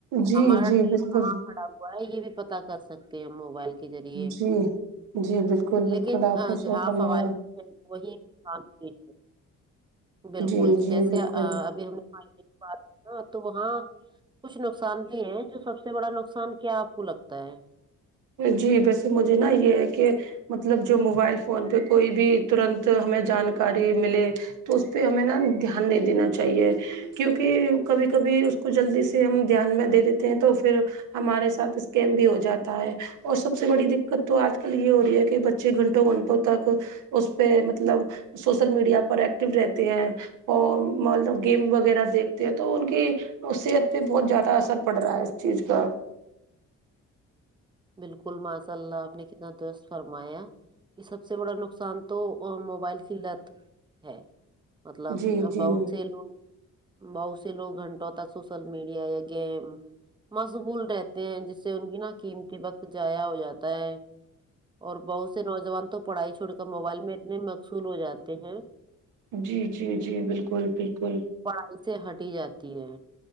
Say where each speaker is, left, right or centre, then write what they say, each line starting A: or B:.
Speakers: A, on the right; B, on the right.
A: جی
B: ہمارا
A: جی
B: ٹرین
A: بالکل
B: کہاں کھڑا ہوا ہے یے بھی پتہ کر سک تے ہے موبائل کے ذریعے
A: جی جی بالکل بالکل
B: لیکن
A: آپ نے صحیح
B: جہاں
A: فرمایا
B: فوائد وہی کام <unintelligible> بالکل
A: جی جی
B: جیسے
A: بالکل
B: ابھی ہم نے <unintelligible> تو وہاں کچھ جانتی ہیں جو سب سے بڑا نقصان کیا آپ کو لگتا ہے
A: جی ویسے مجھے نا یہ ہے کہ مطلب جو موبائل فون پہ کوئی بھی ترنت ہمیں جانکاری ملے تو اس پہ ہمیں نا دھیان نہیں دینا چاہیے کیونکہ کبھی کبھی اس کو جلدی سے ہم دھیان میں دے دیتے ہیں تو پھر ہمارے ساتھ اسکم بھی ہو جاتا ہے اور سب سے بڑی دقت تو آج کل یہ ہو رہی ہے کہ بچے گھنٹوں گھنٹوں تک اس پہ مطلب سوشل میڈیا پر ایکٹیو رہتے ہیں اور مطلب گیم وغیرہ دیکھتے ہیں تو ان کے تو صحت پہ بہت زیادہ اثر پڑ رہا ہے اس چیز کا
B: بالکل ماشاء اللہ آپ نے کتنا درست فرمایا کہ سب سے بڑا نقصان تو موبائل کی لت ہے مطلب
A: جی جی
B: بہت سے لوگ بہت سے لوگ گھنٹوں تک سوشل میڈیا یا گیم مشغول رہتے ہیں جس سے ان کی نا قیمتی وقت ضایع ہو جاتا ہے اور بہت سے نوجوان تو پڑھائی چھوڑ کر موبائل میں اتنے مشغول ہو جاتے ہیں
A: جی جی جی بالکل بالکل
B: پڑھائی سے ہٹ ہی جاتی ہے